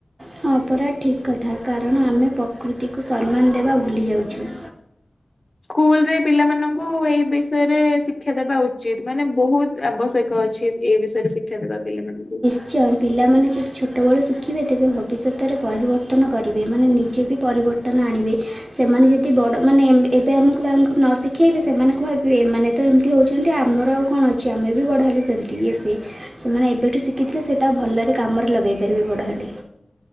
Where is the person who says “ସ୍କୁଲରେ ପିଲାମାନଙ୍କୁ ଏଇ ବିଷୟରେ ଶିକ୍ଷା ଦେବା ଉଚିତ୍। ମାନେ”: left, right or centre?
Left